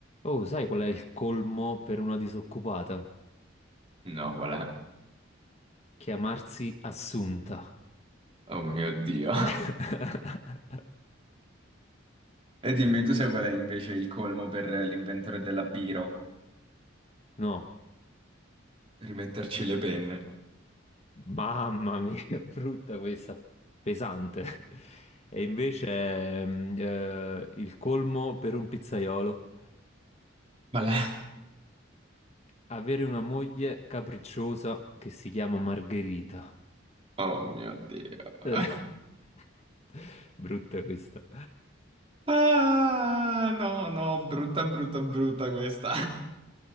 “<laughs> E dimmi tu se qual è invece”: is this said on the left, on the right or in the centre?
Right